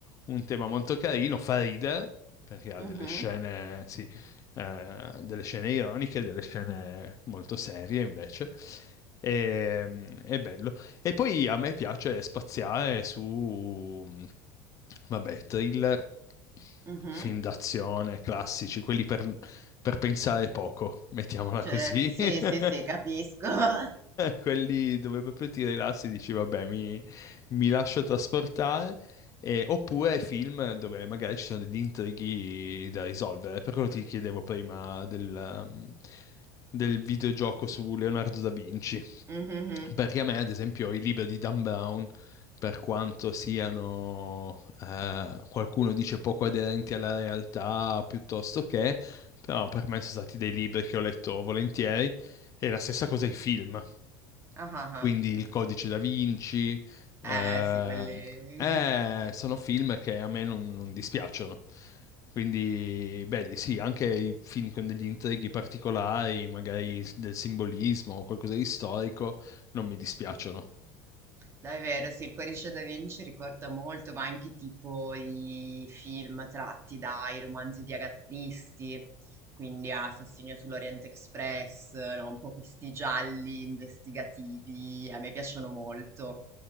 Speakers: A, on the left (about 40°); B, on the right (about 30°).
A: un tema molto carino, fa ridere, perché ha
B: Mhm,
A: delle scene, sì, eh, delle scene ironiche, delle scene molto serie invece. E, è bello. E poi a me piace spaziare su, vabbè, thriller,
B: mhm.
A: film d'azione, classici, quelli per, per pensare poco, mettiamola
B: Certo,
A: così.
B: sì,
A: <laughs>
B: sì, sì, capisco. <laughs>
A: Quelli dove proprio ti rilassi e dici, vabbè, mi, mi lascio trasportare. E- oppure film dove magari ci sono degli intrighi da risolvere. Per quello ti chiedevo prima del, um, del videogioco su Leonardo da Vinci.
B: Mhm.
A: Perché a me, ad esempio, i libri di Dan Brown, per quanto siano, eh, qualcuno dice poco aderenti alla realtà, piuttosto che, però per me sono stati dei libri che ho letto volentieri, e la stessa cosa i film.
B: Ah, ah,
A: Quindi Il Codice da Vinci, eh,
B: ah. Eh sì, quelli...
A: eh,
B: <laughs>
A: sono film che a me non, non dispiacciono. Quindi belli, sì, anche i film con degli intrighi particolari, magari del simbolismo o qualcosa di storico, non mi dispiacciono.
B: Davvero, sì, il Codice da Vinci ricorda molto, ma anche tipo i film tratti dai romanzi di Agatha Christie, quindi Assassino sull'Oriente Express, no? Un po' questi gialli investigativi, a me piacciono molto.